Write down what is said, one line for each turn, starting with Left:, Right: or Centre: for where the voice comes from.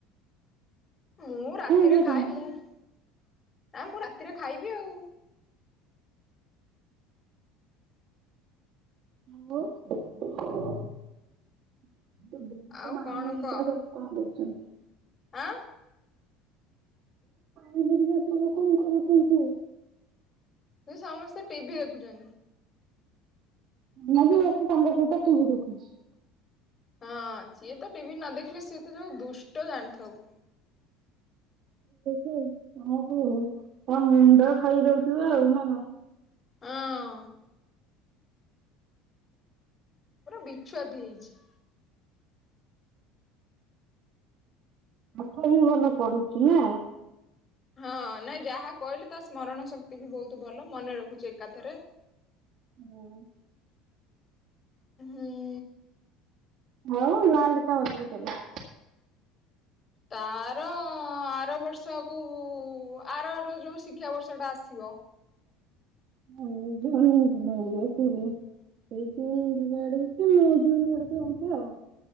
Left: ମୁଁ ରାତିରେ
Right: କାଇଁ କରିନୁ?
Left: ଖାଏ ମୁଁ ନା ମୁଁ ରାତିରେ ଖାଇବି ଆଉ
Right: <inaudible> <inaudible>
Left: ଆଉ କଣ କହ ଆଁ
Right: <inaudible> କଣ କରୁଛନ୍ତି।
Left: ଏ ସମସ୍ତେ ଟିଭି ଦେଖୁଛନ୍ତି।
Right: ମୁଁ ବି ବସି ତାଙ୍କ ସହିତ ଟିଭି ଦେଖୁଛି।
Left: ହଁ ସିଏ ତ ଟିଭି ନ ଦେଖିଲେ ସିଏ ତ ଯୋଉ ଦୁଷ୍ଟ ଜାଣିଥବୁ?
Right: କ ହଉ ତନ୍ଦର ଖାଇଦଉଥିବ ଆଉ ନା କଣ?
Left: ହଁ। ପୁରା ବିଛୁଆତି ହେଇଛି।
Right: ପାଠ ବି ଭଲ ପଢୁଚି ନା?
Left: ହଁ ନାଇଁ ଯାହା କହିଲେ ତା ସ୍ମରଣ ଶକ୍ତି ବି ବହୁତ ଭଲ ମନେ ରଖୁଛି ଏକାଥରେ।
Right: ହୁଁ।
Left: ହୁଁ।
Right: ହଉ ଲା ଲେଖା ଆଉଥରେ କରିବା?
Left: ତାର ଆର ବର୍ଷକୁ ଆରର ଯେଉଁ ଶିକ୍ଷାବର୍ଷଟା ଆସିବ।
Right: <inaudible> ସେଇ ଜୁନ୍ ଯିବା ଆଡେଛି ନଅ ଜୁନ୍ ଆଡେକୁ ଅନ୍ତ ଆଉ